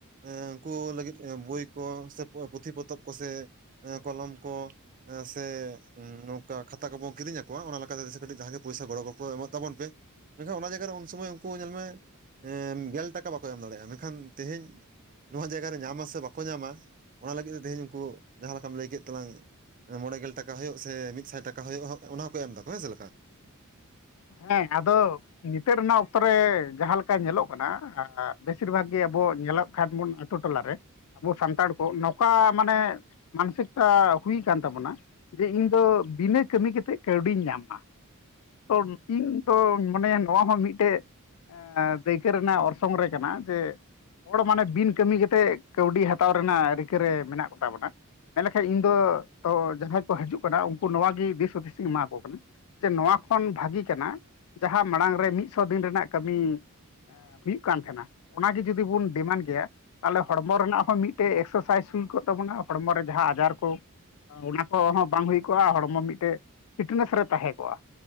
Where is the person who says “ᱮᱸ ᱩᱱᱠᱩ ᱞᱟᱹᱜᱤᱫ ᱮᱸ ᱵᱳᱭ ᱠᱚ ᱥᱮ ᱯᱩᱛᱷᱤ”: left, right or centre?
Right